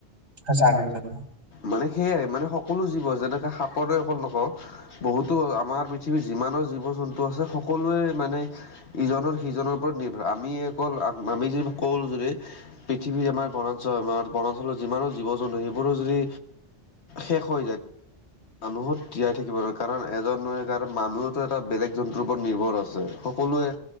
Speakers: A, on the right (about 80°); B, on the left (about 70°).
A: আচ্ছা আনৈ তাত।
B: মানে সেয়াই মানে সকলো জীৱ যেনেকে সাপৰে অকল নকওঁ বহুতো আমাৰ পৃথিৱীত যিমানৰ জীৱ - জন্তু আছে সকলোৱে মানে ইজনৰ সিজনৰ ওপৰত নিৰ্ভ আমি এইবোৰ আম আমি যি কওঁ যদি পৃথিৱীৰ আমাৰ বনাঞ্চল আমাৰ বনাঞ্চলত যিমানো জীৱ জন্তু সেইবোৰো যদি শেষ হৈ যায় মানুহক তিয়াই থাকিব নোৱাৰে কাৰণ এজন কাৰণ মানুহো এটা বেলেগ জন্তুৰ ওপৰত নিৰ্ভৰ আছে, সকলোৱে